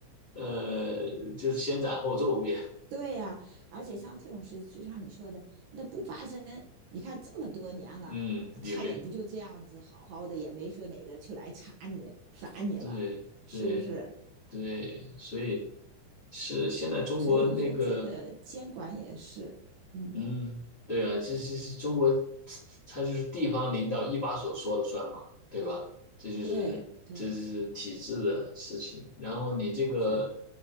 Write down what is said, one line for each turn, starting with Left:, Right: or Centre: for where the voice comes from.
Left: 呃，就是先斩后奏也，
Right: 对呀、而且像这种事，就像你说的，那不发生，你看这么多年了，
Left: <laughs> 嗯，也没
Right: 他也不就这样子好好的，也没说哪个去来查你罚你了，
Left: 对对
Right: 是不是？
Left: 对，所以是现在中国那个
Right: 所以你说这个监管也是，嗯，
Left: 嗯，对啊，这这是中国，它就是地方领导一把手说了算嘛，对吧？这就是这是体制的事情。
Right: 对对
Left: 然后你这个
Right: 是，